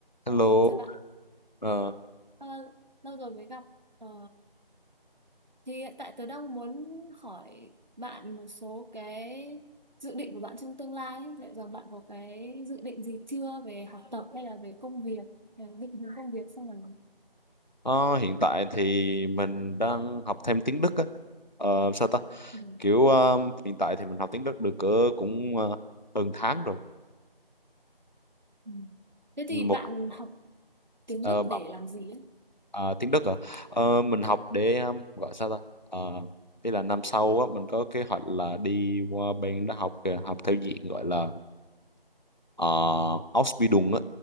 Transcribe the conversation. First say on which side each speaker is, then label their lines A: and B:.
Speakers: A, on the left; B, on the right.
A: Hello,
B: Ờ, chào bạn,
A: ờ,
B: Ờ, lâu rồi mới gặp. Ờ, thì hiện tại tớ đang muốn hỏi bạn một số cái dự định của bạn trong tương lai. ấy. Liệu rằng bạn có cái dự định gì chưa về học tập hay là về công việc, là định hướng công việc sau này?
A: ờ, hiện tại thì mình đang học thêm tiếng Đức á. Ờ, sao ta?
B: Ừ.
A: Kiểu ờ, hiện tại thì mình học tiếng Đức được cỡ cũng ờ, hơn tháng rồi.
B: Ừ. Thế
A: Một
B: thì bạn học tiếng
A: ờ,
B: Đức
A: bằng-
B: để làm gì ấy?
A: ờ, tiếng Đức rồi. mình học để ờ, gọi sao ta? Ờ, ý là năm sau á mình có kế hoạch là đi qua bên đó học ờ, học theo diện gọi là uh, Ausbildung á